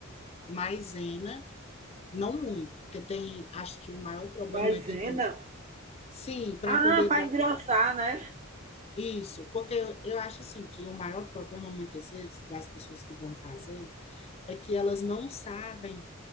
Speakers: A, on the left; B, on the right.
A: maisena, não muito, porque tem, acho que o maior problema
B: Maisena?
A: é que tem, sim, para
B: Ah,
A: poder
B: para
A: dar
B: engrossar, né?
A: isso, porque eu, eu acho assim que o maior problema muitas vezes das pessoas que vão fazer é que elas não sabem